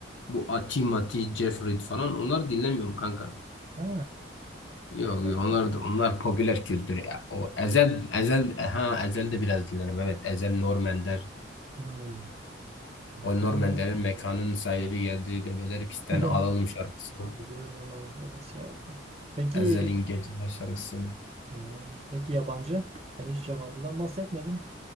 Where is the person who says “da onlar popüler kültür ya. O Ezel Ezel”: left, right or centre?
Left